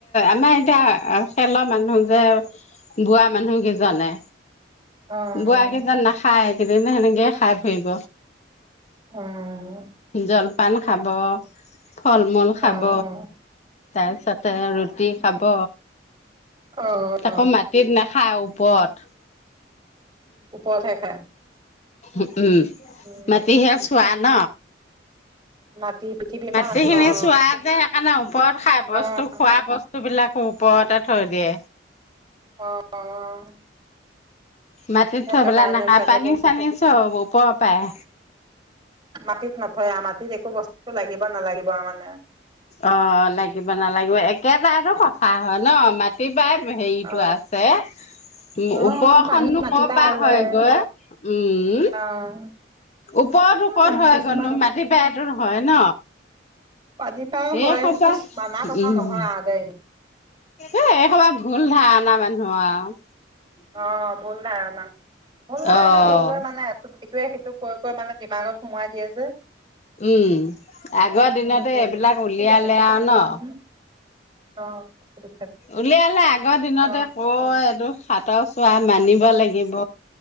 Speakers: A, on the left (about 35°); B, on the right (about 25°).
A: আমাৰ এতিয়া খেলৰ মানুহ যে, বোৱা মানুহ কেইজনে।
B: অ',
A: বোৱাৰ কেইজন নাখায়। সেইদিনা সেনেকৈয়ে খাই ফুৰিব।
B: অ',
A: জল পান খাব। ফল মূল খাব।
B: অ',
A: তাৰপিছতে ৰুটি খাব।
B: অ',
A: আকৌ মাটিত না খাই ওপৰত।
B: উপৰলে খায়?
A: উম! উম,
B: উম,
A: মাটিহে চোৱা। ন
B: মাটি পৃথিৱী
A: বাকী
B: মাছ
A: খিনি
B: অ',
A: চোৱাতে। আ ন। ওপৰত খাই বস্তু
B: অ',
A: খোৱা বস্তু বস্তু বিলাকো ওপৰতে থৈ দিয়ে।
B: অ।
A: মাটিত
B: সেইটো
A: থৈ পেলাই
B: কাৰণে
A: নাখায়।
B: ছাগলী
A: পানী চানি চব ওপৰৰ পায়।
B: মাটিত নথয় মাটিত একো বস্তু লাগিব নালাগিব মানে।
A: অ লাগিব নালাগিব একেটায়েটো কথা হয় ন মাটিত পাই হেৰিতটো
B: অ',
A: আছে উ
B: অ',
A: ওপৰখনো
B: পানী মাটি
A: ক পৰা
B: ওলাই
A: হয় গৈ উম
B: অ'।
A: ওপৰতো
B: উম,
A: কত হয়
B: কিছুমান
A: গৈনো মাটি পা হয় ন।
B: পানী পাই হয়
A: এই সোপা
B: সেইটো মানা কথা
A: উম,
B: নহয় আ দে।
A: এ এসবাৰ ভুল ধাৰণা মানুহৰ আৰু।
B: অ ভুল ধাৰণা ভুল ধাৰণা
A: অ',
B: লৈ লৈ মানে সেইটোৱে সেইটো কৈ কৈ মানে ডিমাগত সোমোৱাই দিয়ে যে।
A: উম আগৰ দিনতে
B: সেইটোৱেটো
A: এইবিলাক উলিয়ালে
B: গেছৰ
A: আৰু
B: টেবলেটটো
A: ন।
B: আনিবি অ। বিষাইছে
A: উলিয়ালে আগৰ দিনতে
B: অ'
A: ক' এইটো সাতৰ চোৱা মানিব লাগিব।